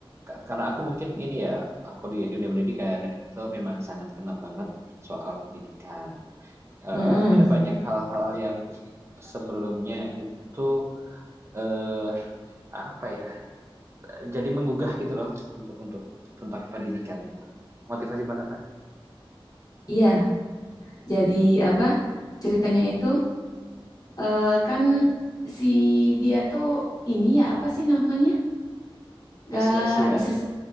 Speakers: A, on the right; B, on the left.
A: ka- karena aku mungkin ini ya, aku di dunia pendidikan dan itu memang sangat kena banget soal pendidikan. eh,
B: Mm-mm.
A: ada banyak hal-hal yang sebelumnya itu eh apa ya jadi menggugah gitu loh untuk untuk tentang pendidikan gitu motivasi banget lah
B: Iya, jadi apa? Ceritanya itu eh, kan si dia tuh ini ya apa sih namanya?
A: disleksia
B: Gak bisa se-